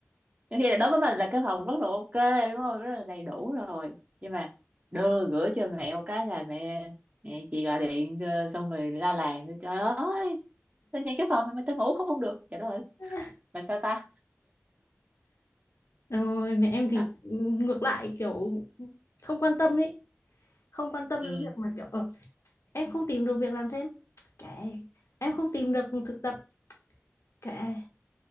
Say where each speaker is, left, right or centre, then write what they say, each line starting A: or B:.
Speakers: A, on the right; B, on the left.
A: Nhiều khi là đối với mình là cái phòng rất là ok đúng không rất là đầy đủ rồi nhưng mà đưa gửi cho mẹ một cái là mẹ mẹ chị gọi điện ờ, xong rồi la làng trời ơi tao nhìn cái phòng này mà tao ngủ không được trời đất ơi
B: <laughs>
A: mà sao ta
B: rồi mẹ em thì
A: à,
B: ngược lại kiểu không quan tâm ấy không quan tâm
A: ừ
B: đến việc mà kiểu ở em không tìm được việc làm thêm kệ em không tìm được thực tập kệ